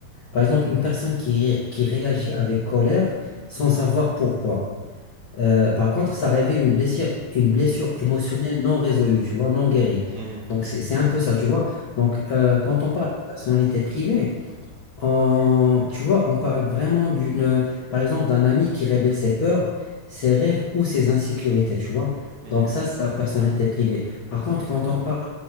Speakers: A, on the left; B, on the right.
A: par exemple, une personne qui, ré- qui réagit avec colère sans savoir pourquoi. Euh,
B: mhm,
A: par contre, ça révèle une blessure, une blessure émotionnelle non résolue, tu vois, non guérie.
B: mhm,
A: Donc, c'est, c'est un peu ça, tu vois. Donc, euh, quand on parle de personnalité privée, on, tu vois, on parle vraiment d'une, par exemple, d'un ami qui révèle ses peurs, ses rêves ou ses insécurités, tu vois.
B: mhm,
A: Donc, ça, c'est la personnalité privée. Par contre, quand on parle